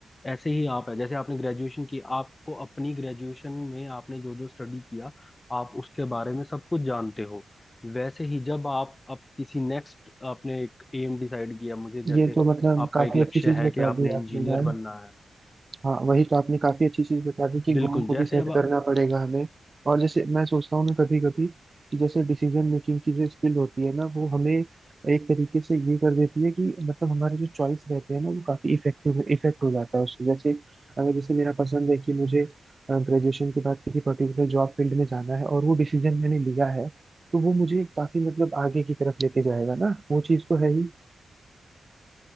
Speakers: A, on the left; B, on the right.
A: ऐसे ही आप है जैसे आपने ग्रेजुएशन की आपको अपनी ग्रेजुएशन में आपने जो जो स्टडी किया आप उसके बारे में सब कुछ जानते हो वैसे ही जब आप अब किसी नेक्स्ट आपने एक एम डिसाइड किया मुझे
B: ये
A: जैसे
B: तो मतलब
A: आपका
B: काफी
A: एक लक्ष्य
B: अच्छी चीज
A: है
B: बता
A: कि आपने
B: दी
A: इंजीनियर
B: आपने यार
A: बनना है
B: हाँ वही तो आपने काफी अच्छी चीज बता दी कि
A: बिल्कुल
B: गोल को
A: जैसे
B: भी सेट
A: अब आप-
B: करना पड़ेगा हमें और जैसे मैं सोचता हूँ ना कभी कभी कि जैसे डिसीजन मेकिंग की जो स्किल होती है ना वो हमें एक तरीके से ये कर देती है कि मतलब हमारे जो चॉइस रहते हैं ना वो काफी इफेक्टिव इफेक्ट हो जाता है उससे जैसे अगर जैसे मेरा पसंद है कि मुझे ग्रेजुएशन के बाद किसी पर्टिकुलर जॉब फील्ड में जाना है और वो डिसीजन मैंने लिया है तो वो मुझे काफी मतलब आगे की तरफ लेके जाएगा ना वो चीज तो है ही